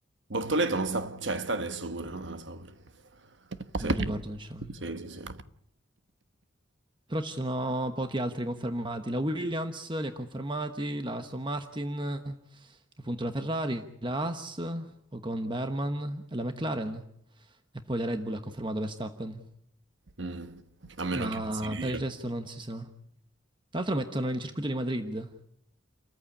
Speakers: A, on the right (about 65°); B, on the right (about 25°).
A: Bortoleto non sta, cioè sta adesso pure, no? Nella Saur. Sì,
B: non ricordo sinceramente.
A: sì, sì, sì.
B: Però ci sono pochi altri confermati. La Williams li ha confermati, la Aston Martin, appunto la Ferrari, la Haas, Ocon Berman e la McLaren. E poi la Red Bull ha confermato Verstappen.
A: Mm. A meno
B: Ma
A: che non si ritira.
B: per il resto non si sa. Tra l'altro mettono il circuito di Madrid,